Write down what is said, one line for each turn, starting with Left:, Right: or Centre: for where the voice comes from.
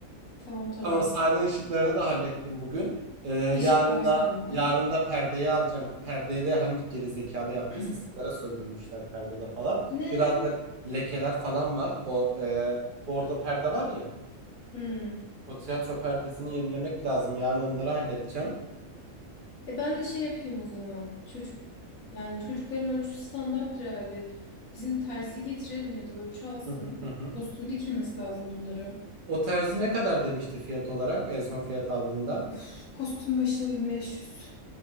Left: tamam tamam.
Right: Tamam sahne ışıklarını da hallettim bugün. Ee, yarın
Left: Işıklar
Right: da
Left: sende.
Right: yarın da perdeyi alacağım. Bu perdeye de hangi geri zekalı yaptıysa
Left: <clears throat>
Right: sigara söndürmüşler perdede falan.
Left: Ne?
Right: Biraz da lekeler falan var. O e, bordo perde var ya.
Left: Hmm.
Right: O tiyatro perdesini yenilemek lazım. Yarın onları halledeceğim.
Left: E ben de şey yapayım o zaman. Çocuk yani çocukların ölçüsü standarttır herhalde. Bizim terziyi getirelim ya da ölçü alsın.
Right: Hı hı hı. hı.
Left: Kostüm dikilmesi lazım bunlara.
Right: O terzi ne kadar demişti fiyat olarak en son fiyat aldığında?
Left: Of, kostüm başına 1500.